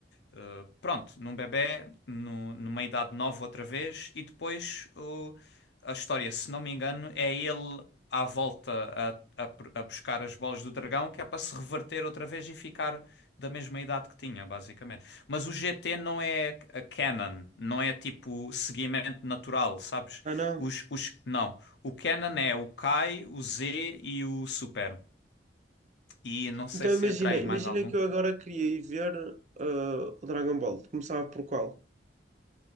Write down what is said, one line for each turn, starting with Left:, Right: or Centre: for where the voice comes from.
Left: Uh, pronto, num bebé, no- numa idade nova outra vez, e depois uh, a história, se não me engano, é ele à volta a, a, pr- a buscar as bolas do dragão, que é para se reverter outra vez e ficar da mesma idade que tinha, basicamente. Mas o GT não é a canon, não é tipo seguimento natural, sabes?
Right: Ah, não.
Left: Os, os, não, o canon é o Kai, o Z e o Super. E não sei
Right: Então
Left: se
Right: imagina,
Left: entra aí
Right: imagina
Left: mais algum.
Right: que eu agora queria ir ver ah, o Dragon Ball. Começava por qual?